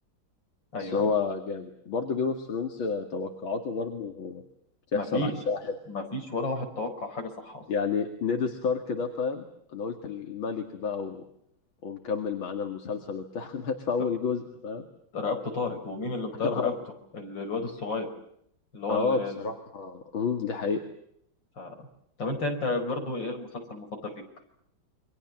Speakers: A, on the left (about 65°); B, on the left (about 80°).
A: ايوه
B: بس هو
A: أيوه.
B: جامد برضه جيم اوف ثرونز توقعاته برضه هو بتحصل
A: مفيش
B: عكسها حلو
A: مفيش ولا واحد توقع حاجة صح أصلا
B: يعني نيد ستارك ده فاهم انا قلت الملك بقى و... ومكمل معانا المسلسل وبتاع <laughs> مات في اول
A: ط-
B: جزء فاهم
A: رقبته طارت ومين اللي مطير
B: <laughs> اه
A: رقبته ال- الواد الصغير اللي هو
B: اه
A: ال... ال...
B: بصراحة امم دي حقيقة
A: ف... طب انت انت برضو ايه المسلسل المفضل ليك